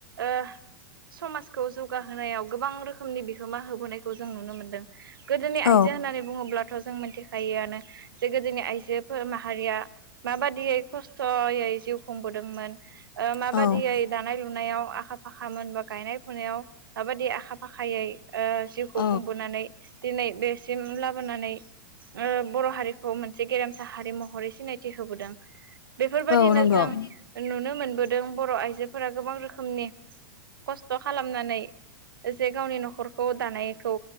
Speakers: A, on the right; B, on the left.
A: ओ समाजखौ जौगाहोनायाव गोबां रोखोमनि बिहोमा होबोनायखौ जों नुनो मोनदों। गोदोनि
B: औ
A: आइजो होननानै बुङोब्लाथ' जों मिनथिखायोआनो जे गोदोनि आइजोफोर माहारिया माबादियै खस्थ'यै जिउ खुंबोदोंमोन। माबादियै
B: औ
A: दानाय लु नायाव आखा फाखामोन बा गायनाय फुनायाव माबायदि आखा फाखायै ओ जिउखौ
B: औ
A: खुंबोनानै दिनै बेसिम लाबोनानै ओ बर' हारिखौ मोनसे गेरेमसा हारि महरै सिनायथि होबोदों। बेफोरबादिनो
B: औ नंगौ।
A: जों नुनो मोनबोदों बर' आइजोफोरा गोबां रोखोमनि खस्थ' खालामनानै जे गावनि न'खरखौ दानायखौ